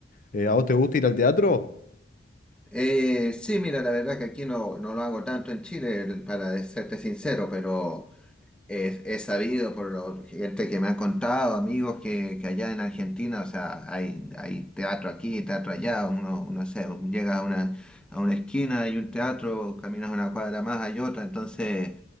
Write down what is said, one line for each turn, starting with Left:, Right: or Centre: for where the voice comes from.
Left: Eh, ¿a vos te gusta ir al teatro?
Centre: Eh, sí, mira, la verdad que aquí no, no lo hago tanto en Chile, el- para serte sincero, pero Es, es sabido por lo- gente que me ha contado, amigos que, que allá en Argentina, o sea, hay, hay teatro aquí, teatro allá, uno, uno sé, llega a una, a una esquina, hay un teatro, caminas una cuadra más, hay otra, entonces